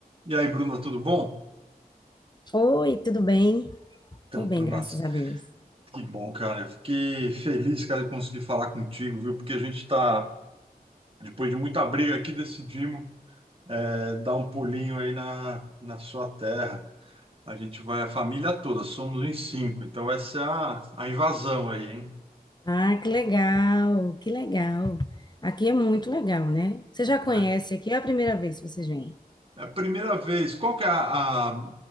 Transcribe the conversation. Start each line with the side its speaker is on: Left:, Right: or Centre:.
Right: E aí, Bruna, tudo bom?
Left: Oi, tudo bem?
Right: Então,
Left: Tudo bem,
Right: Bruna,
Left: graças a Deus.
Right: que bom, cara. Eu fiquei feliz, cara, de conseguir falar contigo, viu? Porque a gente tá, depois de muita briga aqui, decidimos é, dar um pulinho aí na, na sua terra. A gente vai, a família toda, somos em cinco. Então, essa é a, a invasão aí, hein?
Left: Ah, que legal, que legal. Aqui é muito legal, né? Você já conhece
Right: É
Left: aqui, é a primeira vez que vocês vêm.
Right: É a primeira vez. Qual que é a, a-